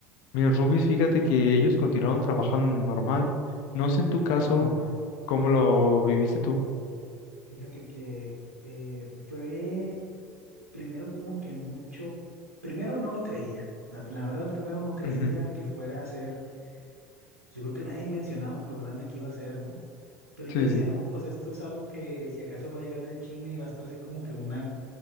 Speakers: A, on the left (about 55°); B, on the right (about 90°).
A: mis roomies, fíjate que ellos continuaron trabajando normal. No sé en tu caso
B: No,
A: cómo lo viviste tú.
B: fíjate que eh, fue primero como que mucho, primero no lo creía. La, la verdad, primero no creía
A: Ujú,
B: que fuera a ser pues yo creo que nadie mencionaba lo grande que iba a ser, ¿no? Pero yo
A: Sí,
B: decía,
A: sí.
B: no, pues esto es algo que si acaso va a llegar de China y va a estar así como que una,